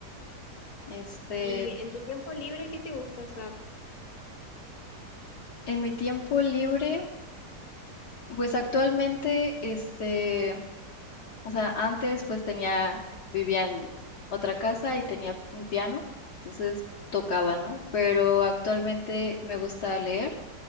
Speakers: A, on the left; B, on the left.
A: Este,
B: Y en tu tiempo libre, ¿qué te gusta hacer?
A: en mi tiempo libre, pues actualmente, este, o sea, antes pues tenía, vivía en otra casa y tenía un piano, entonces tocaba, ¿no? Pero actualmente me gusta leer.